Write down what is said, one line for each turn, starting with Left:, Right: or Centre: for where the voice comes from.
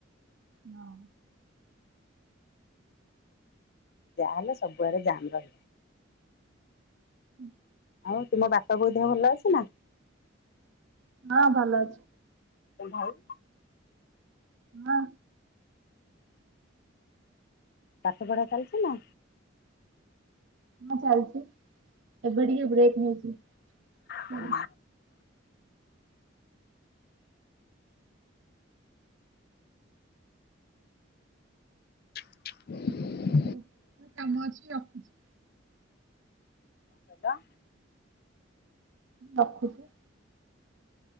Right: ହଁ।
Left: ଯାହାହେଲେ ସବୁଆଡେ ଜାମ୍ ରହିବ।
Right: ହୁଁ।
Left: ଆଉ ତୁମ ବାପା ବୋଉ ଦେହ ଭଲ ଅଛି ନା,?
Right: ହଁ ଭଲ ଅଛି।
Left: ଏ ଭଉ
Right: ହଁ।
Left: ପାଠ ପଢ଼ା ଚାଲିଚି ନା?
Right: ହଁ ଚାଲଚି ଏବେ ଟିକେ ବ୍ରେକ ନେଇଚି ଚାଲି।
Left: କଣ <inaudible>
Right: ହଉ ମୋ କାମ ଅଛି ରଖୁଚି।
Left: କଣ କିହିଲ?
Right: ରଖୁଚି।